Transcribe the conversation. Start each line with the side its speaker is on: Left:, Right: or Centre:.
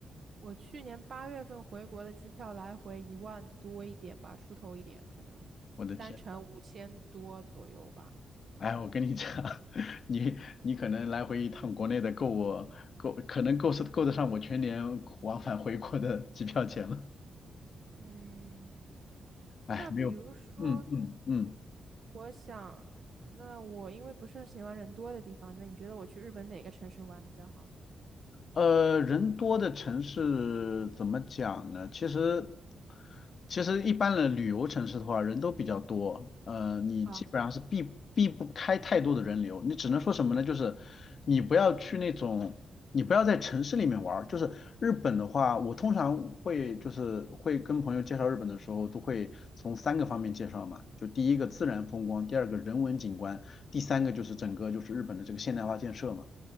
Right: 我去年八月份回国的机票来回一万多一点吧，出头一点，可能单程五千多左右吧。
Left: 我的天，哎，我跟你讲，<laughs> 你你可能来回一趟国内的够我够，可能够是够得上我全年往返回国的机票钱了。
Right: 嗯，
Left: 哎，
Right: 那比如说，
Left: 没有，嗯嗯嗯。
Right: 我想，那我因为不是很喜欢人多的地方，那你觉得我去日本哪个城市玩比较好呢？
Left: 呃，人多的城市怎么讲呢？其实，其实一般的旅游城市的话，人都比较多，呃，你基本上是避避不开太多的人流。
Right: 啊，
Left: 你只能说什么呢？就是你不要去那种，你不要在城市里面玩儿。就是日本的话，我通常会就是会跟朋友介绍日本的时候，都会从三个方面介绍嘛。就第一个自然风光，第二个人文景观，第三个就是整个就是日本的这个现代化建设嘛。